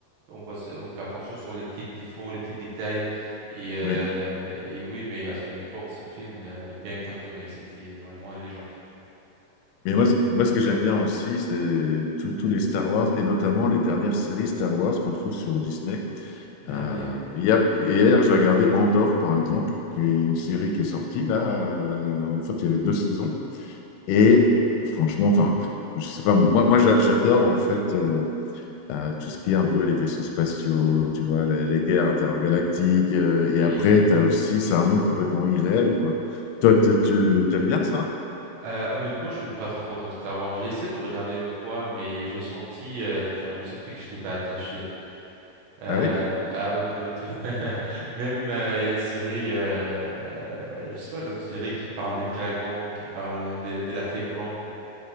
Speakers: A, on the right; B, on the left.
A: on va, se- on va faire attention sur les petits défauts, les petits détails. Et, euh,
B: oui.
A: et oui, mais à son époque, ce film, euh, l'a bien cartonné. C'était vraiment une légende.
B: Mais moi, ce que, moi, ce que j'aime bien aussi, c'est tous tous les Star Wars, et notamment les dernières séries Star Wars qu'on trouve sur Disney. Euh,
A: Ah oui?
B: hier, hier, j'ai regardé Andor, par exemple, qui est une
A: Mhm.
B: série qui est sortie, là, euh, en fait, il y avait deux saisons, et franchement, enfin, je sais pas, moi, moi j'a- j'adore, en fait, euh, T'as tout ce qui est un peu les vaisseaux spatiaux, tu vois, la- les, guerres intergalactiques. euh, et
A: Hmm, Oui.
B: après, tu as aussi, c'est un monde complètement irréel, quoi. Toi, tu
A: Mmh.
B: tu- t'aimes bien ça?
A: Euh, honnêtement, je suis pas trop dans Star Wars. J'ai essayé de le regarder une fois, mais j'ai senti, euh, enfin, j'ai senti que j'étais pas attaché. Euh,
B: Ah oui?
A: ah oui, pas du tout. <laughs> Même euh, il y a une série, euh, euh, je sais pas, l'autre série qui parle des dragons, qui parle de, de la fée blonde.